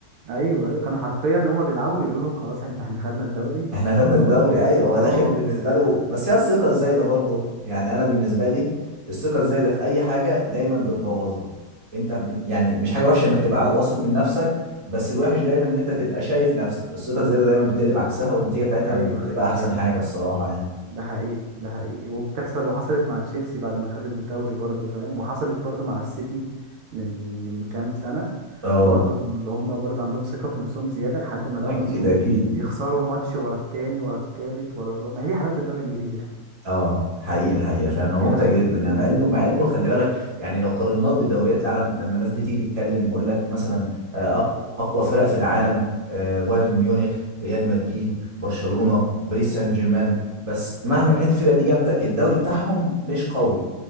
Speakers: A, on the right; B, on the right.
A: ايوه ايوه كان حرفيا ان هم بيلعبوا بيقولوا لهم خلاص احنا احنا خدنا الدوري
B: <laughs> احنا خدنا
A: وخلاص
B: الدوري ايوه هو
A: اه
B: داخل بالنسبه له بس هي الثقه الزايده برضه يعني انا بالنسبه لي الثقه الزايده في اي حاجه دايما بتبوظها انت م- يعني مش حاجه وحشه انك تبقى واثق من نفسك بس الوحش دايما ان انت تبقى شايف نفسك الثقه الزايده دايما بتقلب عكسها والنتيجه بتاعتها
A: ايوه
B: مش بتبقى
A: ايوه
B: احسن
A: ايوه
B: حاجه الصراحه يعني
A: ده حقيقي ده حقيقي وبتحصل وحصلت مع تشيلسي بعد ما خد الدوري برضو فاهم وحصلت برضو مع السيتي من من كام سنة
B: اه
A: برضو كانوا اللي هم برضو عندهم ثقة في نفسهم زيادة لحد ما لقوا
B: اكيد
A: نفسهم
B: اكيد
A: بيخسروا ماتش ورا التاني ورا التالت ورا الرابع ما هي دي حلاوة الدوري الإنجليزي بقى
B: اه حقيقة حقيقة فعلا هو
A: دي
B: ممتع
A: حلاوة
B: جدا
A: الدوري
B: يعني
A: الإنجليزي
B: مع انه مع انه خلي بالك يعني لو قارناه بدوريات العالم لما الناس بتيجي تتكلم يقول لك مثلا آه، أق- اقوى فرق في العالم آه، بايرن ميونخ ريال مدريد برشلونة باريس سان جيرمان بس مهما كانت الفرق دي جامدة الدوري بتاعهم مش قوي